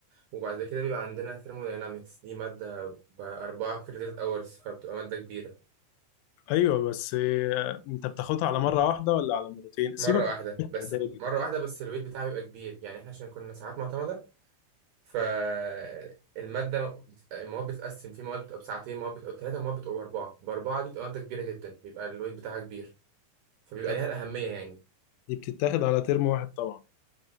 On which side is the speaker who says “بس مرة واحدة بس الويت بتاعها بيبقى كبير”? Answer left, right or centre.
Right